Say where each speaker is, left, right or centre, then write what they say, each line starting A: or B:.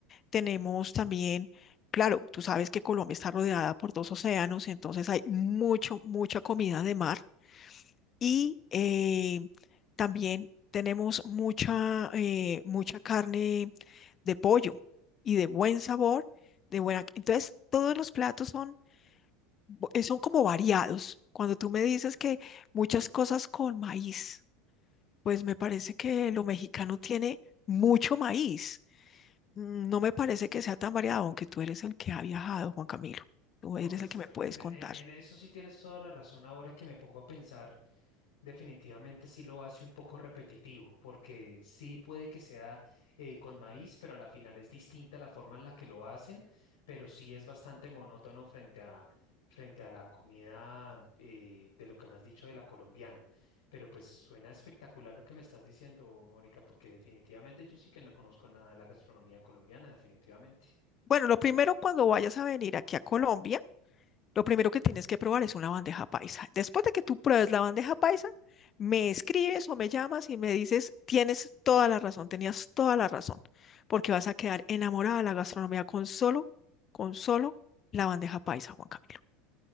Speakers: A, on the left; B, on the left.
A: tenemos también, claro, tú sabes que Colombia está rodeada por dos océanos, entonces hay mucho, mucha comida de mar y eh, también tenemos mucha, eh, mucha carne de pollo y de buen sabor, de buena. Entonces, todos los platos son, bo- eh, son como variados. Cuando tú me dices que muchas cosas con maíz, pues me parece que lo mexicano tiene mucho maíz. Mm, No me parece que sea tan variado, aunque tú eres el que ha viajado, Juan Camilo. Tú
B: No,
A: eres
B: pues
A: el que
B: e-
A: me
B: e-
A: puedes contar.
B: e- en, eso sí tienes toda la razón. Ahora que me pongo a pensar, definitivamente sí lo hace un poco repetitivo, porque sí puede que sea eh, con maíz, pero a la final es distinta la forma en la que lo hacen, pero sí es bastante monótono frente a, frente a la comida eh, de lo que me has dicho de la colombiana. Pero pues suena espectacular lo que me estás diciendo, Mónica, porque definitivamente yo sí que no conozco nada de la gastronomía colombiana, definitivamente.
A: Bueno, lo primero cuando vayas a venir aquí a Colombia, lo primero que tienes que probar es una bandeja paisa. Después de que tú pruebes la bandeja paisa, me escribes o me llamas y me dices, tienes toda la razón, tenías toda la razón, porque vas a quedar enamorada de la gastronomía con solo, con solo la bandeja paisa, Juan Camilo.